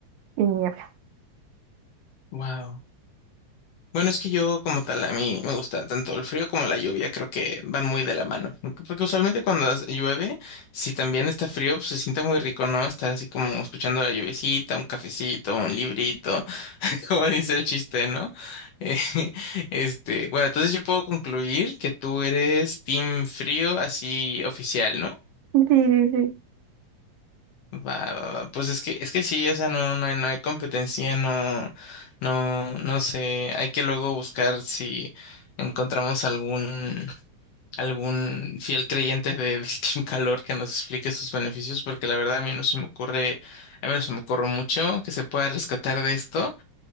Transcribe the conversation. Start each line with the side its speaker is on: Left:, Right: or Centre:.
Right: y niebla.
Left: Wow. Bueno, es que yo como tal, a mí me gusta tanto el frío como la lluvia, creo que van muy de la mano. Porque usualmente cuando hace- llueve, si también está frío, pues se siente muy rico, ¿no? Estar así como escuchando la lluviecita, un cafecito, un librito. <laughs> como dice el chiste, ¿no? Eh, <laughs> este, bueno, entonces yo puedo concluir que tú eres team frío así oficial, ¿no?
Right: Sí, sí, sí.
Left: Va, va, va. Pues es que, es que sí, o sea, no, no hay, no hay competencia, no, no, no sé, hay que luego buscar si encontramos algún, algún fiel creyente de, <laughs> del Team Calor que nos explique sus beneficios, porque la verdad a mí no se me ocurre, a mí no se me ocurre mucho que se pueda rescatar de esto.